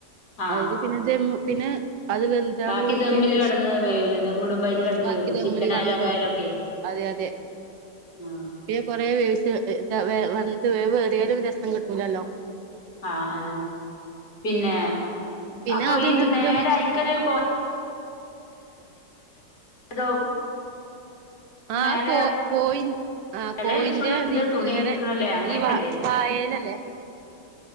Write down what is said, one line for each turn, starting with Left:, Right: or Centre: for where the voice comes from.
Left: ആഹ്
Right: അത് പിന്നെന്നെ അത് എതാണ്
Left: ബാക്കി
Right: ഉച്ച
Left: ദമ്മില്
Right: ശേഷം
Left: കെടന്ന് വേവൂലെ ദമ്മിടുമ്പോ അയില് കെടന്ന്
Right: ബാക്കിമ്മൂ
Left: വേവും ചിക്കനായാലും
Right: ക
Left: അതായാലും
Right: പോ
Left: ഒക്കെ
Right: അതെ അതെ
Left: ആഹ്
Right: പിന്നെ കൊറെേ വേ വ വേറിയാലും രസം കിട്ടൂലല്ലോ
Left: ആഹ് അതന്നെ പിന്നെ
Right: പിന്നെ
Left: അപ്പൊ
Right: അത്ണ്ട്
Left: ഇത് നേരയി
Right: ദം
Left: ചറിയ കോ അതോ
Right: ആഹ്
Left: മേലെ
Right: കോ കോയിൻ ആഹ്
Left: എല
Right: കോയിന്റെ
Left: വിരിച്ചുള്ളുണ്ട്
Right: അതിക്ക്
Left: തുണി
Right: നേരെ
Left: വിരിക്കണല്ലേ അങ്ങനെയൊക്കെല്ലേ
Right: ഇ വ വായലല്ലേ